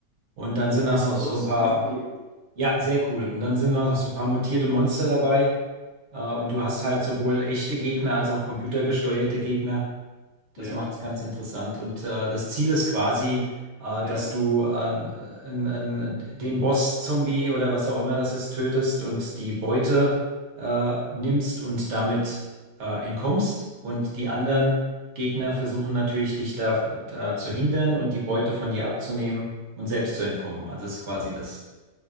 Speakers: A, on the right; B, on the left.
A: Und dann sind das noch
B: Aber
A: so
B: sowas
A: ein paar,
B: ist ganz cool.
A: ja, sehr cool. Und dann sind da noch so ein paar mutierte Monster dabei. Äh, und du hast
B: Ja,
A: halt sowohl echte Gegner als auch computergesteuerte Gegner. Das
B: ja,
A: macht es ganz interessant. Und äh, das Ziel ist quasi, äh,
B: ja.
A: dass du an- äh, an- an den Boss-Zombie oder was auch immer das ist, tötest und die Beute äh, nimmst und damit äh, entkommst. Und die anderen Gegner versuchen natürlich, dich da, da zu hindern und die Beute von dir abzunehmen und selbst zu entkommen. Also ist quasi das,